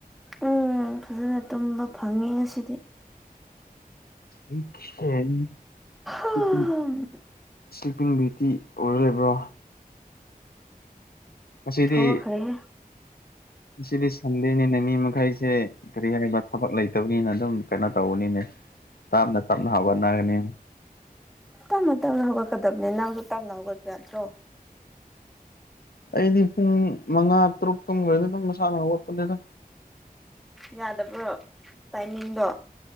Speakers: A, in the centre; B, on the left.
A: ꯎꯝ ꯐꯖꯅ ꯇꯨꯝꯕ ꯐꯪꯉꯦ ꯉꯁꯤꯗꯤ
B: <unintelligible>
A: ꯎꯝ
B: ꯁ꯭ꯂꯤꯞꯄꯤꯡ ꯕ꯭ꯌꯨꯇꯤ ꯑꯣꯏꯔ ꯂꯩꯕ꯭ꯔꯥ ꯉꯁꯤꯗꯤ
A: ꯍꯧꯒꯠꯈꯔꯦꯍꯦ
B: ꯉꯁꯤꯗꯤ ꯁꯟꯗꯦꯅꯤꯅ ꯃꯤ ꯃꯈꯩꯁꯦ ꯀꯔꯤ ꯍꯥꯏꯔꯤꯕ ꯊꯕꯛ ꯂꯩꯇꯕꯅꯤꯅ ꯑꯗꯨꯝ ꯀꯩꯅꯣ ꯇꯧꯕꯅꯤꯅꯦ ꯇꯥꯞꯅ ꯇꯞꯅ ꯍꯧꯒꯠꯅꯒꯅꯤ
A: ꯇꯞꯅ ꯇꯞꯅ ꯍꯧꯒꯠꯀꯗꯕꯅꯤ ꯅꯪꯁꯨ ꯇꯞꯅ ꯍꯧꯒꯠꯄ ꯌꯥꯇ꯭ꯔꯣ
B: ꯑꯩꯗꯤ ꯄꯨꯡ ꯃꯉꯥ ꯇꯔꯨꯛ ꯇꯨꯝꯒ꯭ꯔꯗꯤ ꯑꯗꯨꯝ ꯃꯁꯥꯅ ꯍꯧꯒꯠꯄꯅꯦꯗ
A: ꯌꯥꯗꯕ꯭ꯔꯣ ꯇꯥꯏꯃꯤꯡꯗꯣ